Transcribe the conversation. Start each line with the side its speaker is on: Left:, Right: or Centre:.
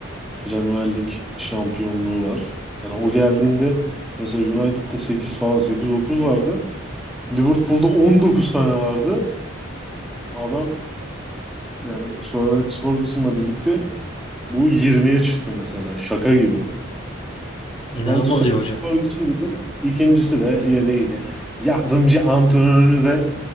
Centre: Premier Lig şampiyonluğu var. Yani o geldiğinde mesela United'da 8 falan 8-9 vardı. Liverpool'da 19 tane vardı. Adam yani Sir Alex Ferguson'la birlikte bu 20'ye çıktı mesela. Şaka gibi.
Left: İnanılmaz
Centre: Ben Sony
Left: iyi hoca.
Centre: Ferguson dedim. İkincisi de yedeğiydi. Yardımcı antrenörü de